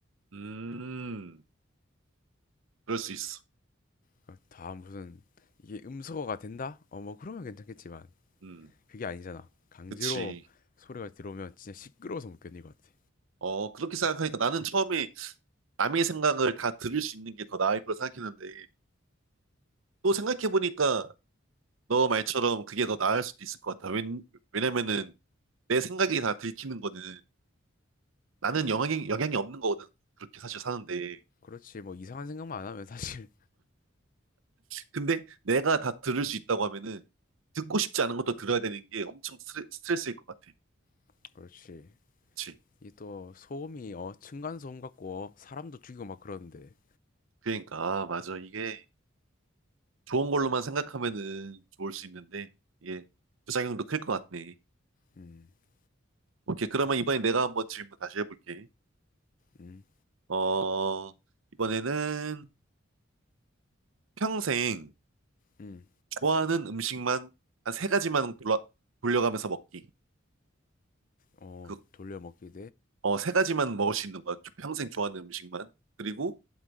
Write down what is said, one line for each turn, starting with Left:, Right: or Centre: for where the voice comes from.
Right: 음, 그럴 수 있어.
Left: 그러니까 다 무슨 이게 음소거가 된다? 어, 뭐 그러면 괜찮겠지만
Right: 음,
Left: 그게 아니잖아. 강제로
Right: 그치.
Left: 소리가 들어오면 진짜 시끄러워서 못 견딜 것 같아.
Right: 어, 그렇게 생각하니까 나는 처음에 남의 생각을 다 들을 수 있는 게 더 나을 거라 생각했는데, 또 생각해보니까 너 말처럼 그게 더 나을 수도 있을 것 같아. 왜, 왜냐면은 내 생각이 다 들키는 거는 나는 영향이, 영향이 없는 거거든. 그렇게 사실 사는데.
Left: 그렇지, 뭐 이상한 생각만 안 하면 사실
Right: 근데 내가 다 들을 수 있다고 하면은 듣고 싶지 않은 것도 들어야 되는 게 엄청 스트레, 스트레스일 것 같아.
Left: <laughs> 그렇지.
Right: 그치.
Left: 이 또 소음이 어 층간 소음 같고 어, 사람도 죽이고 막 그러는데
Right: 그러니까, 아, 맞아. 이게 좋은 걸로만 생각하면은 좋을 수 있는데, 이게 부작용도 클 것 같네.
Left: 음
Right: 오케이. 그러면 이번에 내가 한번 질문 다시 해볼게.
Left: 음
Right: 어, 이번에는 평생
Left: 음
Right: 좋아하는 음식만 한 세 가지만 돌아, 돌려가면서 먹기.
Left: 어
Right: 그,
Left: 돌려 먹기
Right: 어, 세 가지만 먹을 수 있는 거야. 평생 좋아하는 음식만. 그리고